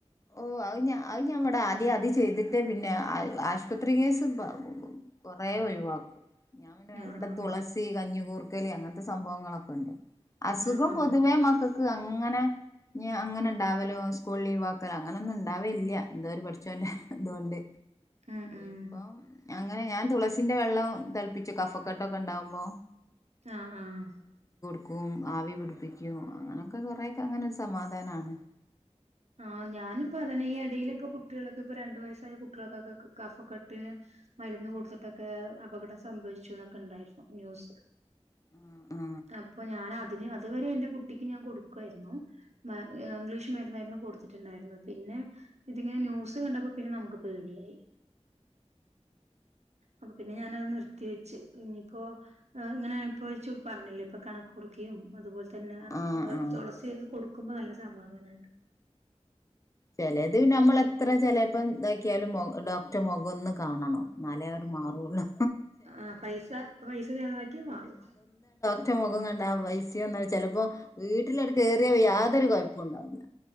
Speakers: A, on the left; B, on the right.
A: ഓ അത് അത് ഞമ്മടെ ആദ്യം അത് ചെയ്തിട്ട് പിന്നെ ആ ആശുപത്രി കേസ് കൊറേ ഒഴിവാക്കും ഞാൻ പിന്നെഇവിടെ
B: ആഹ് ആഹ്
A: തുളസി കഞ്ഞി കൂർ ക്കലി അങ്ങനത്തെ സംഭവങ്ങളൊക്കെണ്ട് അസുഖം
B: ആഹ് ആഹ്
A: പൊതുവേ മക്കക്ക് അങ്ങനെ ഇനി അങ്ങനെ ഉണ്ടാവലോ സ്കൂൾ ലീവാക്ക് ക്ക അങ്ങനൊന്നും ഉണ്ടാവേല്ല എന്താ ഒരു പടച്ചോന്റെ ഹ ഇതുകൊണ്ട്
B: ഉം ഉം
A: ഇപ്പം അങ്ങനെ ഞാൻ തുളസിന്റെ വെള്ളം തളപ്പിച്ചു കഫക്കെട്ടൊക്കെ ഉണ്ടാവുമ്പോ
B: ആഹ ആഹ
A: ക്കും ആവി പിടിപ്പിക്കും അങ്ങനെയൊക്കെ കൊറെയൊക്കെ അങ്ങനെ സമാധാനമാണ്
B: ആഹ് ഞാനിപ്പ അതെ ഈ ഇടയിൽ ഇപ്പ കുട്ടികളൊക്കെ ഇപ്പ രണ്ടു വയസ്സായ കുട്ടികൾക്കൾക്ക് കഫക്കട്ടിന് മരുന്ന് കൊടുത്തിട്ടൊക്കെ അപകടം സംഭവിച്ചു എന്നൊക്കെ ഉണ്ടായിരുന്നു ന്യൂസ്
A: ആഹ്
B: അപ്പൊ ഞൻ അതിന് അതുവരെ എന്റെ കുട്ടിക്ക് ഞാൻ കൊടുക്കുായിരുന്നു ഇംഗ്ലീഷ് മേഡിയംായിരുന്നു കൊടുത്തിട്ടുണ്ടായിരുന്നത് പിന്നെ ഇതിങ്ങനെ ന്യൂസ് കണ്ടപ്പോന്നെ നമുക്ക് പേ ഇ അപ്പൊ പിന്നെ ഞാനത് നിർത്തിവെച്ച് ഇനിയിപ്പോ ഇങ്ങനെ അനുഭവിച്ചു പറഞ്ഞില്ലേ ഇപ്പൊ കണക്കുറക്കും അതുപോലെ തന്നെ
A: ആഹ്
B: തുളസിയൊക്കെ കൊടുക്കുമ്പോ നല്ല സമാധാനുണ്ട്
A: ചിലത് പിന്നെ നമ്മള എത്ര ചിലപ്പം ഇതാക്കിയാലും ഒറ്റ മുഖംൊന്ന് കാണണം നാലേർ മാറയുള്ളൂ
B: ആ പൈസ പൈസ ചെലവാക്കിയ മാറും
A: ഒറ്റ മുഖം കണ്ട പൈസൊന്നും ചെലപ്പോ വീട്ടിലണ് കേറിയ യാതൊരു കൊഴപ്പവും ഉണ്ടാവില്ല